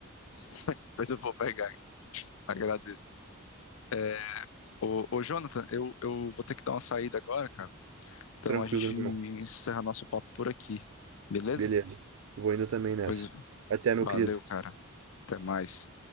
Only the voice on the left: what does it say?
<laughs> mas eu vou pegar, agradeço. É, ô, ô, Jonathan, eu, eu vou ter que dar uma saída agora, cara. Então
a gente
encerra nosso papo por aqui, beleza?
Pois
valeu,
cara. Até mais.